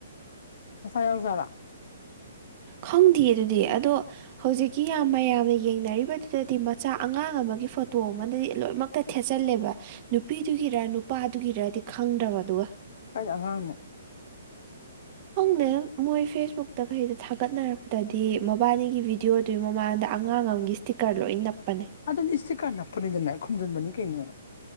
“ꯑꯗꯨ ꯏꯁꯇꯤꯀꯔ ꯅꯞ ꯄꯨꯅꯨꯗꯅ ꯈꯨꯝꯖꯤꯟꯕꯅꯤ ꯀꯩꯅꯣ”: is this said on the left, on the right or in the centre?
Left